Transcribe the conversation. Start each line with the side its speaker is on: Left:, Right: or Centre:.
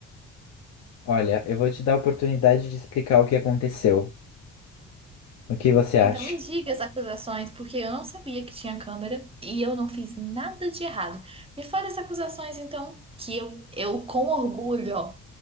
Left: olha, eu vou te dar a oportunidade de explicar o que aconteceu. O que você acha?
Right: Então me diga as acusações, porque eu não sabia que tinha câmera e eu não fiz nada de errado. Me fale as acusações, então, que eu, eu com orgulho, ó,